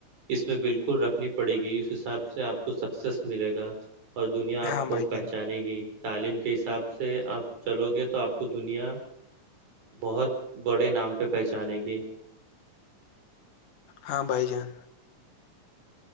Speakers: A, on the right; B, on the left.
A: اس میں بالکل رکھنی پڑے گی اس حساب سے آپ کو سکسیس ملے گا اور دنیا
B: ہاں
A: آپ کو
B: بھائی جان
A: پہچانے گی تعلیم کے حساب سے آپ چلو گے تو آپ کو دنیا بہت بڑے نام پہ پہچانے گی
B: ہاں بھائی جان